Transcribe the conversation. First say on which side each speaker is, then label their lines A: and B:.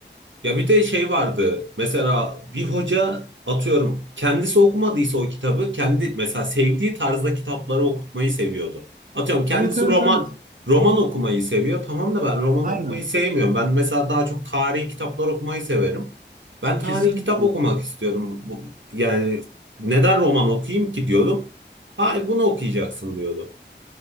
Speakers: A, on the right (about 85°); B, on the right (about 45°).
A: Ya bir de şey vardı. Mesela bir hoca atıyorum kendisi okumadıysa o kitabı kendi mesela sevdiği tarzda kitapları okutmayı seviyordu. Atıyorum kendisi
B: Evet evet
A: roman
B: evet.
A: roman okumayı seviyor. Tamam da ben roman
B: Aynen.
A: okumayı sevmiyorum. Ben mesela daha çok tarihi kitaplar okumayı severim. Ben tarihi
B: Kesinlikle.
A: kitap okumak istiyorum. Bu- Yani neden roman okuyayım ki diyordum. Hayır bunu okuyacaksın diyordu.